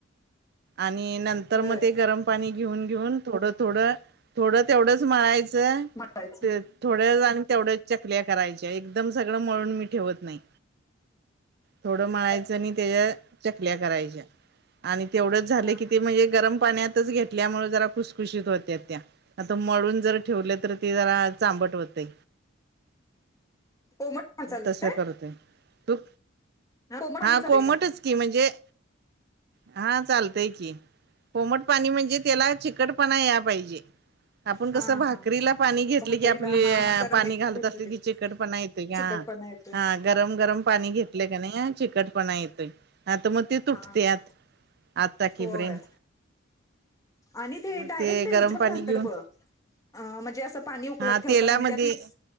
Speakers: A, on the right (about 55°); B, on the left (about 20°).
A: आणि नंतर
B: बर
A: मग ते गरम पाणी घेऊन घेऊन थोडं थोडं थोडं तेवढंच मळायचं
B: मळायचं
A: ते थोड्या आणि तेवढ्याच चकल्या करायच्या एकदम सगळं मळून मी ठेवत नाही थोडं मळायचं
B: बर
A: आणि त्याच्या चकल्या करायच्या आणि तेवढेच झाले
B: हा
A: की
B: हा
A: ते म्हणजे गरम पाण्यात घेतल्यामुळे जरा खुसखुशीत होत्यात त्या आता मळुन जर ठेवले तर ते जरा चांबट होतय.
B: कोमट पाणी चालतंय?
A: तस करतोय, तु
B: कोमट पाणी
A: हा
B: चालतंय
A: कोमटच
B: का?
A: की म्हणजे हा चालतंय की कोमट पाणी म्हणजे त्याला चिकटपणा या पाहिजे आपण कसं
B: हा
A: भा
B: हा
A: करीला पाणी घेतले
B: भाकरीला
A: की आपली
B: हा हा गरम
A: पाणी
B: एक
A: घालत
B: घेतो
A: असली
B: ते
A: की चिकटपणा येते का
B: चिकटपणा येतोय
A: हं गरम-गरम पाणी घेतले का नाही चिकटपणा येतोय. आता मग ते तुटत्यात
B: हा हा
A: आत टाकीपर्यंत
B: होय. आणि ते
A: मग
B: डायरेक्ट ह्याच्या
A: गरम पाणी
B: घालत्यात
A: घेऊन
B: ब म्हणजे अस पाणी उकळत
A: हा
B: ठेवतात
A: तेलामध्ये
B: आणि त्या पीठ